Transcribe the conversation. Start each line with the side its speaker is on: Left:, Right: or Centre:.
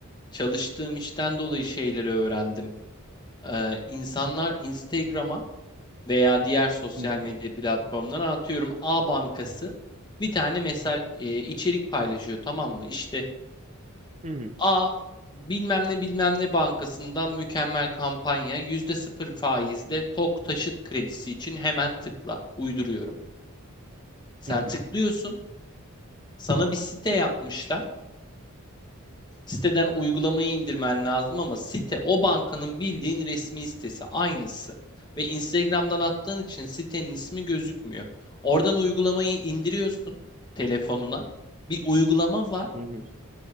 Left: çalıştığım işten dolayı şeyleri öğrendim. Ee, insanlar Instagram'a veya diğer sosyal
Right: hı.
Left: medya platformlarına atıyorum A Bankası bir tane mesaj e, içerik paylaşıyor tamam mı? İşte
Right: Hı hı.
Left: A bilmem ne bilmem ne bankasından mükemmel kampanya yüzde sıfır faizle TOK taşıt kredisi için hemen tıkla uyduruyorum. Sen
Right: Hı hı.
Left: tıklıyorsun sana bir site yapmışlar Siteden uygulamayı indirmen lazım ama site o bankanın bildiğin resmi sitesi aynısı. Ve Instagram'dan attığın için sitenin ismi gözükmüyor. Oradan uygulamayı indiriyorsun telefonuna. Bir uygulama var.
Right: Hı hı.